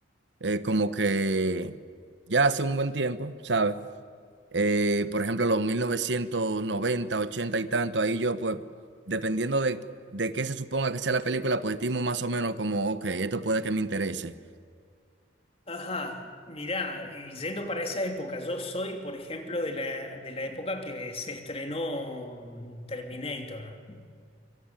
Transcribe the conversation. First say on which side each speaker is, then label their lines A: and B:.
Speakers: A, on the right; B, on the left.
A: eh, como que ya hace un buen tiempo, ¿sabes? Eh, por ejemplo, los 1990 80 y tanto, ahí yo pues, dependiendo de, de qué se suponga que sea la película, pues estimo más o menos como, ok, esto puede que me interese.
B: Ajá, mirá, y yendo para esa época, yo soy, por ejemplo, de la, de la época que se estrenó mm, Terminator.